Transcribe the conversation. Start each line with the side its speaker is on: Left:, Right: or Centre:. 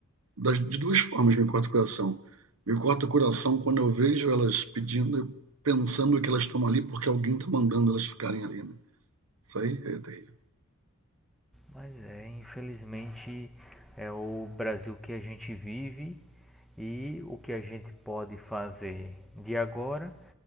Right: das, de duas formas me corta o coração. Me corta o coração quando eu vejo elas pedindo, pensando que elas estão ali porque alguém está mandando elas ficarem ali, né? Isso aí é terrível.
Centre: Mas é, infelizmente, é o Brasil que a gente vive e o que a gente pode fazer de agora,